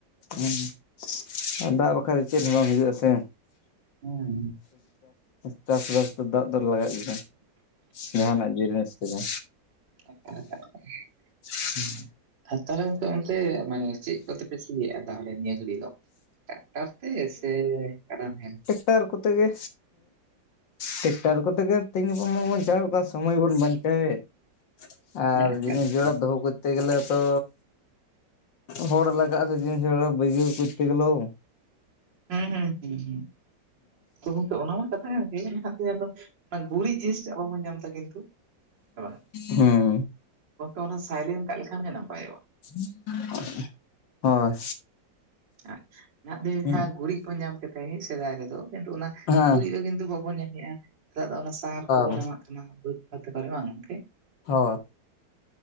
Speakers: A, on the left; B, on the right.
A: ᱦᱮᱸ ᱟᱨ ᱫᱟᱜ ᱵᱟᱠᱷᱟᱡ ᱫᱚ ᱪᱮᱫ ᱦᱚᱸ ᱵᱟᱝ ᱦᱩᱭᱩᱜᱼᱟ ᱥᱮ
B: ᱦᱮᱸ
A: <inaudible> ᱪᱟᱥᱵᱟᱥ ᱫᱚ ᱫᱟᱜ ᱫᱚ ᱞᱟᱜᱟᱜ ᱜᱮᱭᱟ ᱡᱟᱦᱟᱱᱟᱜ ᱡᱤᱱᱤᱥ ᱛᱮ ᱫᱚ
B: ᱟᱪᱪᱷᱟ <inaudible>
A: <unintelligible>
B: ᱛᱟᱦᱚᱞᱮ ᱜᱚᱢᱠᱮ ᱚᱱᱛᱮ ᱢᱟᱱᱮ ᱪᱮᱫ ᱠᱚᱛᱮ ᱯᱮ ᱥᱤᱭᱮᱫᱼᱟ ᱛᱟᱦᱚᱞᱮ ᱱᱤᱭᱟᱹ ᱜᱷᱟᱹᱲᱤᱡ ᱫᱚ ᱴᱨᱟᱠᱴᱚᱨ ᱛᱮ ᱴᱨᱟᱠᱴᱚᱨ ᱥᱮ ᱠᱟᱰᱟ ᱱᱟᱦᱮᱞ
A: ᱴᱨᱮᱠᱴᱚᱨ ᱠᱚᱛᱮ ᱜᱮ ᱴᱨᱮᱠᱴᱚᱨ ᱠᱚᱛᱮᱜ ᱜᱮ ᱛᱤᱦᱤᱧ ᱜᱟᱯᱟ ᱢᱟᱵᱚᱱ ᱪᱟᱣ ᱠᱟᱱ ᱥᱚᱢᱚᱭ ᱵᱚᱱ ᱵᱟᱧᱪᱟᱣ ᱮᱫ ᱟᱨ
B: ᱢᱮᱱᱟᱜ ᱟᱠᱟᱫ
A: ᱡᱤᱱᱤᱥ
B: ᱞᱮᱠᱟ
A: ᱡᱚᱲᱟ ᱫᱚᱦᱚ ᱛᱮ ᱜᱮᱞᱮ ᱛᱚ ᱦᱚᱲ ᱞᱟᱜᱟᱜ ᱟ ᱥᱮ ᱡᱤᱱᱤᱥ ᱵᱟᱜᱟᱣ ᱠᱩᱛᱛᱮ ᱜᱮᱞᱟᱹᱣ <inaudible>
B: ᱦᱮᱸ ᱦᱸ ᱦ ᱦ ᱜᱚᱝᱠᱮ ᱚᱱᱟ ᱢᱟ ᱠᱟᱛᱷᱟ ᱚᱱᱟ ᱵᱷᱟᱯ ᱛᱮ ᱡᱟᱱᱚ ᱜᱩᱨᱤᱡ ᱡᱤᱱᱤᱥ ᱡᱟᱵ ᱵᱚᱱ ᱧᱟᱢ ᱫᱟ ᱠᱤᱱᱛᱩ ᱥᱮ ᱵᱟᱝ
A: ᱦᱮᱸ
B: ᱜᱚᱝᱠᱮ ᱚᱱᱟ ᱥᱟᱭᱞᱮᱱᱴ ᱠᱟᱜ ᱞᱮᱠᱷᱟᱱ ᱜᱮ ᱱᱟᱯᱟᱭᱚᱜᱼᱟ᱾
A: <unintelligible> ᱦᱳᱭ
B: ᱮᱸᱜ ᱱᱟᱦᱟᱜ ᱛᱮ
A: ᱦᱮᱸ
B: ᱦᱟᱜ ᱜᱩᱨᱤᱡ ᱠᱚ ᱧᱮᱞ ᱠᱟᱛᱮᱡ ᱥᱮᱫᱟᱭ ᱨᱮᱫᱚ ᱠᱤᱱᱛᱩ ᱚᱱᱟ
A: ᱵᱟ
B: ᱜᱩᱨᱤᱡ ᱨᱮ ᱠᱤᱱᱛᱩ <unintelligible> ᱵᱚᱱ ᱧᱮᱞ ᱮᱫ ᱟ ᱱᱮᱛᱚᱜ ᱫᱚ ᱚᱱᱟ ᱥᱟᱨ ᱠᱚᱵᱚᱱ
A: ᱵᱟ
B: ᱮᱢᱟᱜ ᱠᱟᱱᱟ ᱵᱟᱹᱫᱽ ᱠᱷᱮᱛ ᱠᱚᱨᱮ ᱵᱟᱝ ᱜᱚᱢᱠᱮ
A: ᱦᱚ